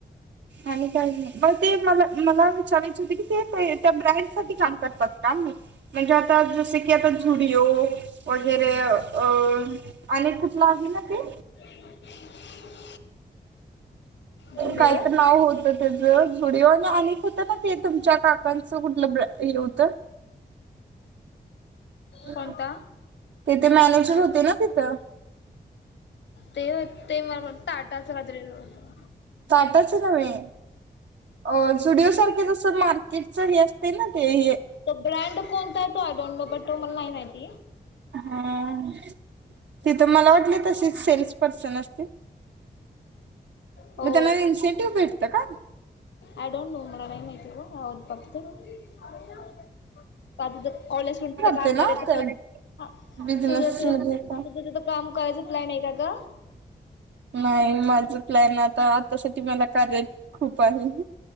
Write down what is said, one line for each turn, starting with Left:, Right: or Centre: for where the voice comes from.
Right: आणि काही नाही. मग ते मला मला विचारायचं होत की, ते त्या ब्रँड साठी काम करतात का? म्हणलं. म्हणजे आता जसं की, आता झुडिओ वगैरे अं आणि एक कुठला आहे ना ते?
Left: <unintelligible> झुडिओ
Right: काय तर नाव होतं त्याचं झुडिओ आणि, आणि एक होतं ना ते तुमच्या काकांचं कुठलं ब्रॅ हे होतं? ते
Left: कोणता
Right: तेथे मॅनेजर होते ना तिथं.
Left: ते होय, ते मला टाटाचं काहीतरी होतं
Right: टाटांचं नव्हे अं.. झुडिओ सारखे जसं, मार्केटच हे असते ना ते हे
Left: तो ब्रँड कोणता आहे? तो आय डोंट नो बट, तो मला नाही माहिती.
Right: हा, तिथं मला वाटले तसेच सेल्स पर्सन अस
Left: हो
Right: मग त्यांना इन्सेंटिव्ह भेटतं का?
Left: आय डोंट नो, मला नाही माहीत नाही गं, बघते. <unintelligible>
Right: केला? <unintelligible>
Left: प्लॅ हा
Right: बिजनेसमध्ये
Left: तुझं तुझं तुझं
Right: का?
Left: तिथं काम करायचं प्लॅन आहे का ग?
Right: नाही, माझं प्लॅन आता, आतासाठी मला कार्या खूप आहे.